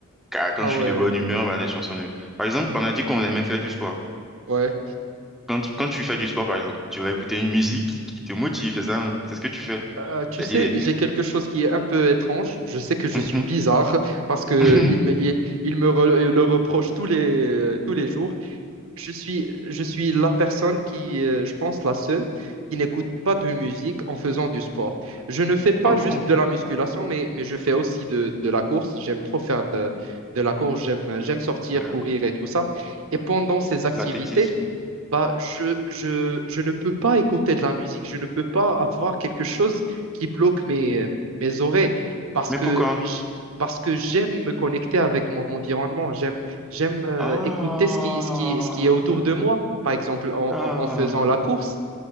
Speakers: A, in the centre; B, on the right.
A: Car Quand
B: Ah
A: je
B: ouais,
A: suis de bonne humeur, bah, des chansons de... Par exemple, on a dit qu'on aimait faire du sport.
B: ouais.
A: Quand, tu- quand tu fais du sport, par exemple, tu vas écouter une musique qui te motive, c'est ça, hein C'est ce que tu fais.
B: Euh, tu
A: C'est
B: sais,
A: dit les...
B: j'ai quelque chose qui est un peu étrange. Je sais que je
A: Mhm,
B: suis bizarre <laughs> parce que
A: mhm.
B: il me, il, il me re- le reproche tous les, euh, tous les jours. Je suis, je suis la personne qui, euh, je pense, la seule qui n'écoute pas de musique en faisant du sport. Je ne fais pas
A: Ah bon?
B: juste de la musculation, mais, mais je fais aussi de, de la course. J'aime trop faire de, de la course. J'aime, j'aime sortir,
A: D'accord.
B: courir et tout ça. Et pendant ces activités,
A: L'athlétisme.
B: bah, je, je, je ne peux pas écouter de la musique, je ne peux pas avoir quelque chose qui bloque mes, euh, mes oreilles parce
A: Mais
B: que
A: pourquoi?
B: j- parce que j'aime me connecter avec mon environnement, j'aime, j'aime euh,
A: Ah,
B: écouter ce qui, ce qui, ce qui est autour de moi. Par exemple, en,
A: ah.
B: en- en faisant la course,